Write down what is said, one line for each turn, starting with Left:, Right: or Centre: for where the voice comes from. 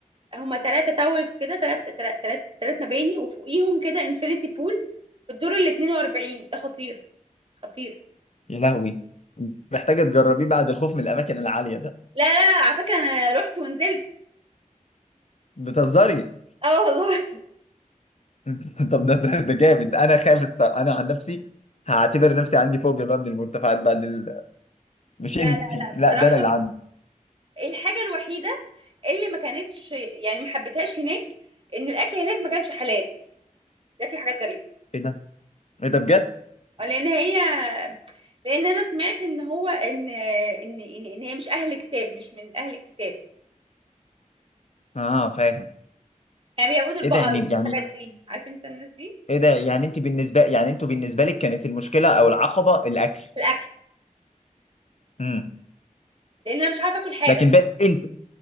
Right: هم ثلاثة تاورز كده ثلاث ثلاث ثلاث مباني وفوقيهم كده انفينيتي بول في الدور ال 42 ده خطير خطير
Left: يا لهوي محتاجة تجربيه بعد الخوف من الاماكن العالية ده
Right: لا لا على فكرة انا رحت ونزلت
Left: بتهزري
Right: اه والله
Left: <laughs> طب ده ده ده جامد انا خايف الصراحة انا عن نفسي هعتبر نفسي عندي فوبيا بقى من المرتفعات بعد ال...
Right: <laughs>
Left: مش
Right: لا
Left: انتي
Right: لا لا
Left: لا
Right: بصراحة
Left: ده انا اللي عندي
Right: الحاجة الوحيدة اللي ما كانتش يعني ما حبيتهاش هناك ان الاكل هناك ما كانش حلال بياكلوا حاجات غريبة
Left: ايه ده ايه ده بجد
Right: آه، لان هي لان انا سمعت ان هو ان ان ان, إن هي مش اهل كتاب مش من اهل الكتاب
Left: اه فاهم
Right: يعني بيعبدوا البقر
Left: ايه ده يعني
Right: والحاجات
Left: يعني
Right: دي عارف انت الناس دي
Left: ايه ده يعني انت بالنسبه يعني انتوا بالنسبه لك كانت المشكله او العقبه الاكل
Right: في الاكل
Left: امم
Right: لان انا مش عارفه اكل حاجه
Left: لكن باقي الس...